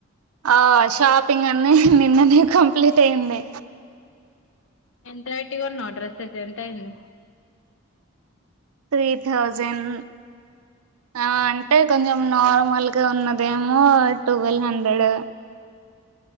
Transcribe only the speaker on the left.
ఎంత పెట్టి కొన్నవ్వు డ్రస్సెస్ ఎంత అయ్యింది